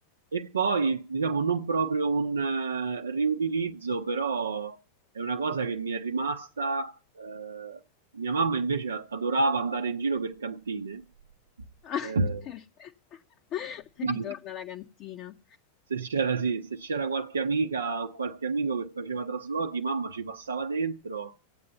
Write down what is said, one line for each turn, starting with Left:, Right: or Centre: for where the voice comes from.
Right: E poi, diciamo, non proprio un eh, riutilizzo, però è una cosa che mi è rimasta. eh, mia mamma invece adorava andare in giro per cantine.
Left: <laughs>
Right: eh, quindi
Left: Ritorna alla cantina.
Right: se c'era, sì, se c'era qualche amica o qualche amico che faceva traslochi, mamma ci passava dentro